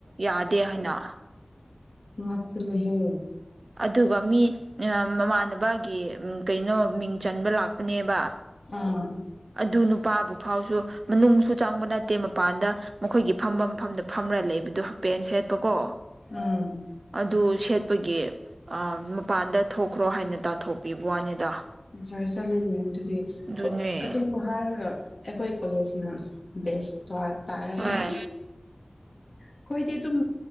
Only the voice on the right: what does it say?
ꯌꯥꯗꯦ ꯍꯥꯏꯅ
ꯑꯗꯨꯒ ꯃꯤ ꯃꯃꯥꯟꯅꯕꯒꯤ ꯀꯩꯅꯣ ꯃꯤꯡ ꯆꯟꯕ ꯂꯥꯛꯄꯅꯦꯕ
ꯑꯗꯨ ꯅꯨꯄꯥꯕꯨ ꯐꯥꯎꯁꯨ ꯃꯅꯨꯡꯁꯨ ꯆꯪꯕ ꯅꯠꯇꯦ ꯃꯄꯥꯟꯗ ꯃꯈꯣꯏꯒꯤ ꯐꯝꯕ ꯐꯝꯗ ꯐꯝꯔ ꯂꯩꯕꯗꯣ ꯍꯥꯏꯄꯦꯟ ꯁꯦꯠꯄꯀꯣ
ꯑꯗꯨ ꯁꯦꯠꯄꯒꯤ ꯃꯄꯥꯟꯗ ꯊꯣꯛꯈ꯭ꯔꯣ ꯍꯥꯏꯅ ꯇꯥꯟꯊꯣꯛꯄꯤꯕ ꯋꯥꯅꯤꯗ
ꯑꯗꯨꯅꯦ
ꯍꯣꯏ